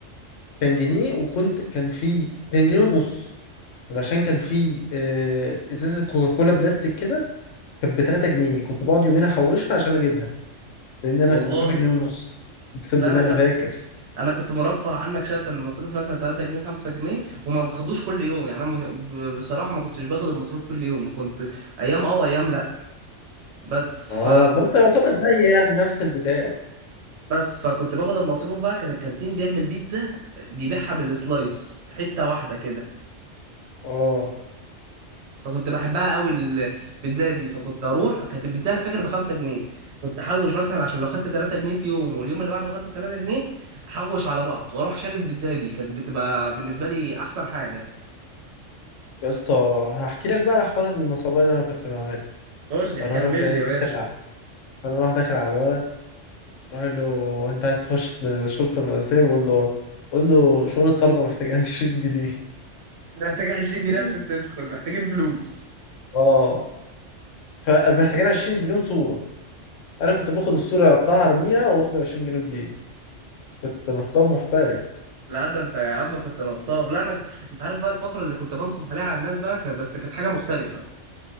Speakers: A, on the left; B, on the right.
A: كان جنيه وكنت كان في كان جنيه ونص علشان كان في آه، ازازه كوكاكولا بلاستيك كده كانت ب 3 جنيه كنت بقعد يومين احوشها عشان اجيبها لان انا
B: والله
A: كان مصروفي جنيه ونص اقسم
B: لا
A: بالله
B: انا كان
A: انا فاكر
B: انا كنت مرفه عنك شويه كان مصروفي مثلا 3 جنيه 5 جنيه وما باخدوش كل يوم يعني انا م- ب- بصراحه ما كنتش باخد المصروف كل يوم كنت ايام اه وايام لا بس ف
A: اه ما انت يعتبر زي يعني نفس البتاع
B: بس فكنت باخد المصروف بقى كان الكانتين بيعمل بيتزا بيبيعها بالسلايس حتة واحدة كده
A: اه
B: فكنت بحبها قوي البيتزا دي فكنت اروح كانت البيتزا انا فاكر بخمسة جنيه كنت احوش مثلا عشان لو خدت 3 جنيه في يوم واليوم اللي بعده خدت 3 جنيه احوش على بعض واروح شاري البيتزا دي كانت بتبقى بالنسبة لي احسن حاجة
A: يا اسطى هحكي لك بقى على حوار النصابين اللي انا كنت بعملها
B: قول لي
A: فانا
B: كمل
A: اروح جاي
B: لي يا
A: داخل
B: باشا
A: على فانا اروح داخل على الولد اروح أقول له انت عايز تخش الشرطه المدرسيه بقول له قول له شؤون الطلبه محتاجين 20 جنيه
B: محتاج 20 جنيه
A: <laughs>
B: عشان تدخل محتاجين فلوس
A: اه فمحتاجين 20 جنيه وصوره انا كنت باخد الصوره اقطعها ارميها واخد 20 جنيه في جيبي كنت نصاب محترف
B: لا ده انت يا عم كنت نصاب لا انا انت عارف بقى الفترة اللي كنت بنصب عليها على الناس بقى كانت بس كانت حاجة مختلفة